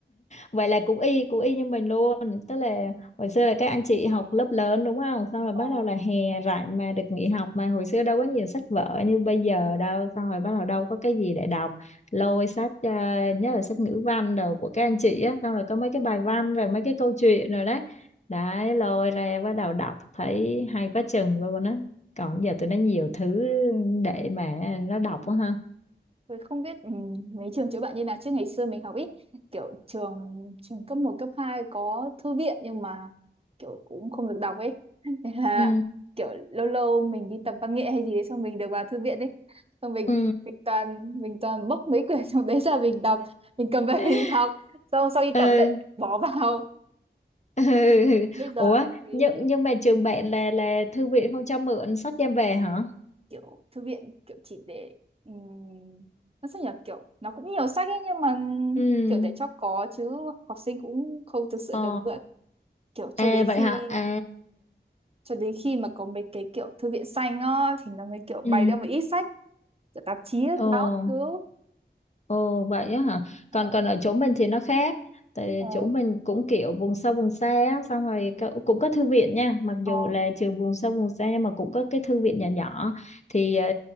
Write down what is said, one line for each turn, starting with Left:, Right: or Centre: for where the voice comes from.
Left: vậy là cũng y cũng y như mình luôn tức là hồi xưa là các anh chị học lớp lớn đúng không xong rồi
Right: Ồ.
Left: bắt đầu là hè rảnh mà được nghỉ học mà hồi xưa đâu có nhiều sách vở như bây giờ đâu xong rồi bắt đầu đâu có cái gì để đọc lôi sách à, nhất là sách ngữ văn đầu của các anh chị á xong rồi có mấy cái bài văn rồi mấy cái câu chuyện rồi đấy đấy lôi ra bắt đầu đọc thấy hay quá chừng luôn á còn giờ tụi nó nhiều thứ để mà nó đọc quá ha
Right: Tôi không biết ừ, mấy trường chữa bệnh như nào chứ ngày xưa mình học ít kiểu trường trường cấp một cấp 2 có thư viện nhưng mà kiểu cũng không được đọc ấy <laughs> nên là
Left: ừ
Right: kiểu lâu lâu mình đi tập văn nghệ hay gì đấy xong mình được vào thư viện đấy xong mình
Left: ừ
Right: mình toàn mình toàn bốc mấy quyển <laughs> trong đấy ra mình đọc mình cầm về <laughs>
Left: <laughs>
Right: mình đọc xong sau đi
Left: ừ
Right: tập lại bỏ vào
Left: <laughs> Ừ.
Right: bây giờ
Left: Ủa
Right: mình thấy
Left: nhưng nhưng mà trường bạn là là thư viện không cho mượn sách đem về hả?
Right: kiểu thư viện kiểu chỉ để um, nó sao nhỉ kiểu nó cũng nhiều sách ấy nhưng mà
Left: Ừ.
Right: kiểu để cho có chứ học sinh cũng không thực sự
Left: Ờ.
Right: được mượn kiểu
Left: À
Right: cho đến
Left: vậy
Right: khi
Left: hả? À.
Right: cho đến khi mà có mấy cái kiểu thư viện xanh á thì nó mới kiểu
Left: Ừ.
Right: bày ra một ít sách kiểu tạp chí ấy,
Left: Ờ.
Right: báo các thứ
Left: Ồ vậy á hả?
Right: ờ
Left: Còn còn ở chỗ mình thì nó khác. Tại
Right: ờ
Left: chỗ mình cũng kiểu vùng sâu vùng xa á, xong rồi có- cũng có thư viện nha, mặc
Right: ờ
Left: dù là trường vùng sâu vùng xa nhưng mà cũng có cái thư viện nhỏ nhỏ thì ờ,